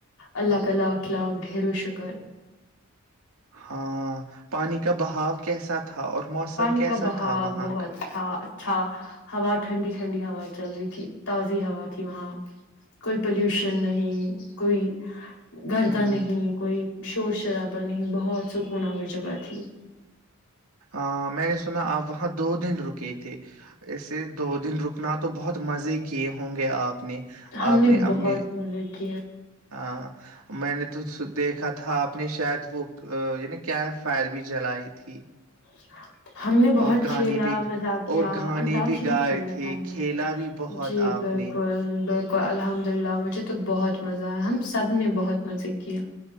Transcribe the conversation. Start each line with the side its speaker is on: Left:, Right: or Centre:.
Left: اللہ تعال اخلا ڈھیر و شکر
Right: ہاں پانی کا بہاؤ کیسا تھا اور موسم
Left: پانی
Right: کیسا
Left: کا بہاؤ
Right: تھا وہاں
Left: بہت
Right: کا
Left: تھا ھا ہوا ٹھنڈی ٹھنڈی ہوا چل رہی تھی تازی ہوا تھی وہاں کوئی پلیوشن نہیں کوئی گرد
Right: ہ
Left: نہیں کوئی شور شرابا نہیں بہت سکونور جگہ تھی
Right: ا میں نے سنا آپ وہاں دو دن رکے تھ تھے ایسے دو دن رکنا تو بہت مزے کی کیے ہوں گے آپ نے
Left: ہم
Right: آپ
Left: نے بہت
Right: اپنے
Left: ملب کیا
Right: ہاں میں نے تو دیکھا تھا تھا آپ نے شاید وہ یعنی کیمپ فائر بھی جلائی تھی
Left: <inaudible> ہم نے بہت
Right: اور گانے
Left: کھیلا
Right: بھی
Left: مزا کیا
Right: اور گانے
Left: انتاکشری
Right: بھی گائے
Left: کھیلا
Right: تھے
Left: تھا ہم
Right: کھیلا
Left: نے
Right: بھی بہت
Left: جی
Right: آپ
Left: بالکل
Right: نے
Left: بالکل الحمد للہ مجھے تو بہت مزہ آ ہم سب نے بہت مزے کیے